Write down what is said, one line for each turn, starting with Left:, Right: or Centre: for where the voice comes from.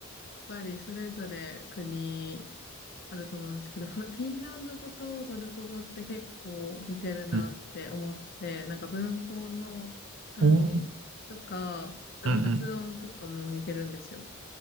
Left: ぱりそれぞれ国あると思うんですけど、<laughs> フフィンランド語とトルコ語って結構似てるなって思って、
Right: うん。
Left: なんか文法の漢字とか、
Right: おー、
Left: あと発音とかも似てるんですよ。
Right: うん、うん、